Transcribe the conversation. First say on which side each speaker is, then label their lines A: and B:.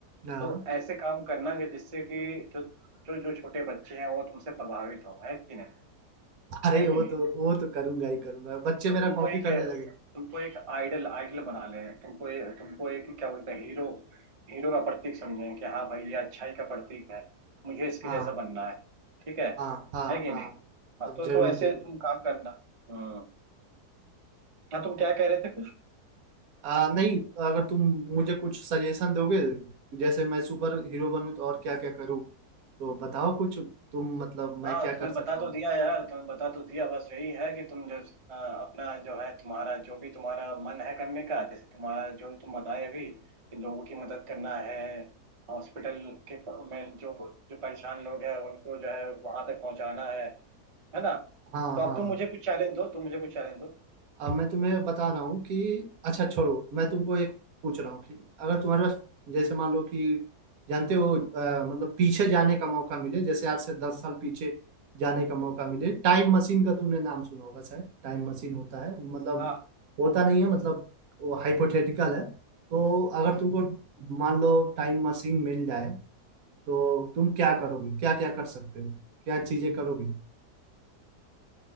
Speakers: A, on the right; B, on the right.
A: हाँ
B: तो ऐसे काम करना कि जिससे कि जो जो जो छोटे बच्चे हैं वो तुमसे प्रभावित हो है कि नहीं
A: अरे
B: है
A: वो
B: कि नहीं
A: तो वो तो करूंगा ही करूंगा बच्चे
B: तो
A: मेरा
B: तुमको
A: कॉपी
B: एक
A: करने लगे
B: तुमको एक आइडल आइडल बना लें तुमको ये तुमको एक क्या बोलते हैं हीरो हीरो का प्रतीक समझें कि हाँ भाई ये अच्छाई का प्रतीक है मुझे इसके
A: हाँ
B: जैसा बनना है ठीक है
A: हाँ हाँ
B: है कि
A: हाँ
B: नहीं हाँ
A: अब
B: तो
A: जरूर
B: तो ऐसे
A: जरूर
B: तुम काम करना हम्म हाँ तुम क्या कह रहे थे
A: आ, नहीं अगर तुम मुझे कुछ सजेशन दोगे जैसे मैं सुपर हीरो बनूं तो और क्या क्या करूँ तो बताओ कुछ तुम मतलब
B: हाँ
A: मैं क्या
B: तुम्हें
A: कर
B: बता
A: सकता
B: तो
A: हूँ
B: दिया यार तुम्हें बता तो दिया बस यही है कि तुम जब अ, अपना जो है तुम्हारा जो भी तुम्हारा मन है करने का जैसे तुम्हारा जो तुम बताए अभी कि लोगों की मदद करना है हॉस्पिटल के प- में जो जो परेशान लोग हैं उनको जो है वहां तक पहुंचाना है है ना
A: हाँ
B: तो अब
A: हाँ
B: तुम मुझे कुछ चैलेंज दो तुम मुझे कुछ चैलेंज दो
A: अब मैं तुम्हें बता रहा हूँ कि अच्छा छोड़ो मैं तुमको एक पूछ रहा हूँ कि अगर तुम्हारे पास जैसे मान लो कि जानते हो अ, मतलब पीछे जाने का मौका मिले जैसे आज से दस साल पीछे जाने का मौका मिले टाइम मशीन का तुमने नाम सुना होगा शायद टाइम मशीन होता है मतलब
B: हाँ
A: होता नहीं है मतलब वो हाइपोथेटिकल है तो अगर तुमको मान लो टाइम मशीन मिल जाए तो तुम क्या करोगे क्या क्या कर सकते हो क्या चीजें करोगे